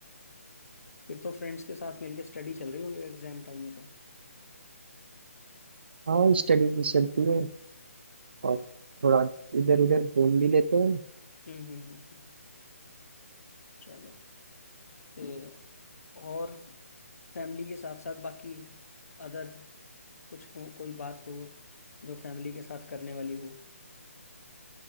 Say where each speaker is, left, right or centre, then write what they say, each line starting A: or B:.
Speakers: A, on the left (about 80°); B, on the right (about 45°).
A: फिर तो फ्रेंड्स के साथ मिलके स्टडी चल रही होगी एग्जाम टाइम में तो
B: हाँ स्टडी भी चलती है और थोड़ा इधर उधर घूम भी लेते हैं
A: हम्म हम्म हम्म, हम्म। चलो ते और फैमिली के साथ साथ बाकी अदर कुछ हो कोई बात हो जो फैमिली के साथ करने वाली हो